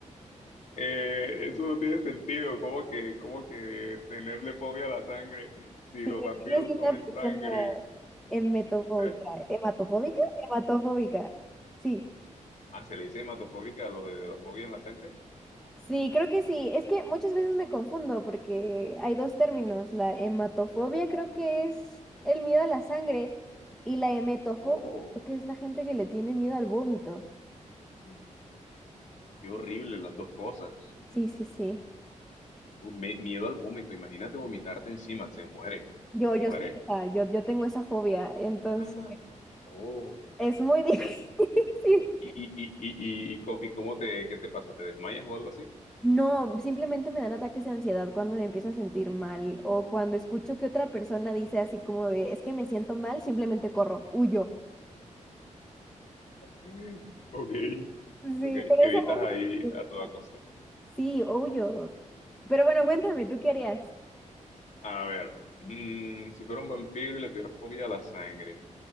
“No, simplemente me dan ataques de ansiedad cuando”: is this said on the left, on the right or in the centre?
Centre